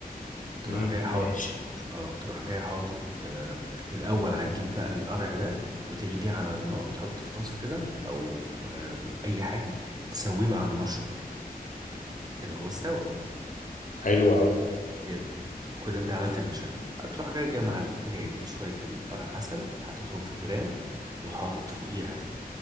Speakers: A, on the right; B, on the left.
A: تروح
B: امم
A: جاي حاطط
B: ماشي
A: اه تروح جاي حاطط آه الاول هتجيب بقى القرع ده وتغليه على النار تحطه في طاسه كده او في آه بت- اي حاجه تسويه بقى على النار شويه كده هو استوى
B: حلو قوي
A: حلو كده انت عملت البشاميل هتروح جاي جاي معلم جايب شويه القرع عسل حاططهم في برام وحاطط فوقيها